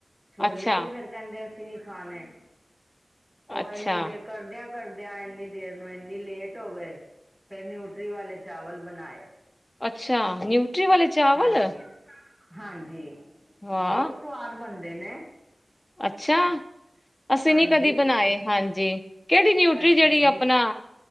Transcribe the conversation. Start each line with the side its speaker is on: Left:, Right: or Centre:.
Centre: ਛੋਲੇ
Left: ਅੱਛਾ
Centre: ਵੀ ਫਿਰ ਕਹਿੰਦੇ ਅਸੀਂ ਨੀ ਖਾਣੇ ਉਹ
Left: ਅੱਛਾ
Centre: ਇੰਨੀ ਦੇਰ ਕਰਦਿਆਂ-ਕਰਦਿਆਂ ਇੰਨੀ ਦੇਰ ਨੂੰ ਇੰਨੀ ਲੇਟ ਹੋ ਗਏ। ਫਿਰ ਨਿਊਟਰੀ ਵਾਲੇ ਚਾਵਲ ਬਣਾਏ।
Left: ਅੱਛਾ, ਨਿਊਟਰੀ ਵਾਲੇ ਚਾਵਲ।
Centre: ਹਾਂਜੀ ਹਾਂਜੀ,
Left: ਵਾਹ
Centre: ਬਹੁਤ ਸਵਾਦ ਬਣਦੇ ਨੇ।
Left: ਅੱਛਾ। ਅਸੀਂ
Centre: ਹਾਂਜੀ
Left: ਨੀ ਕਦੀ ਬਣਾਏ ਹਾਂਜੀ, ਕਿਹੜੀ ਨਿਊਟਰੀ
Centre: ਅੱਛਾ
Left: ਜਿਹੜੀ
Centre: ਜੀ
Left: ਆਪਣਾ